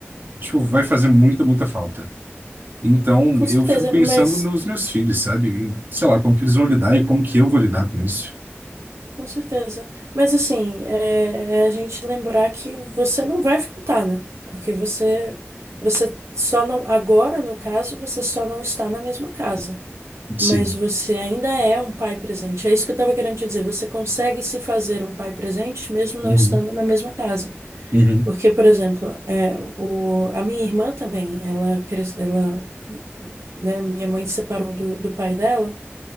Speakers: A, on the right; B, on the right.
A: tipo, vai fazer muita, muita falta. Então,
B: Com
A: eu
B: certeza,
A: fico pensando
B: mas.
A: nos meus filhos, sabe? E, sei lá, como que eles vão lidar e como que eu vou lidar com isso.
B: Com certeza. Mas assim, é, é a gente lembrar que você não vai faltar, né? Porque você. Você só não. Agora, no caso, você só não está na mesma casa.
A: Sim.
B: Mas você ainda é um pai presente. É isso que eu estava querendo te dizer. Você consegue se fazer um pai presente mesmo não
A: Uhum,
B: estando na mesma casa.
A: uhum,
B: Porque, por exemplo, é, o, a minha irmã também, ela, cres- ela, né, minha mãe se separou do, do pai dela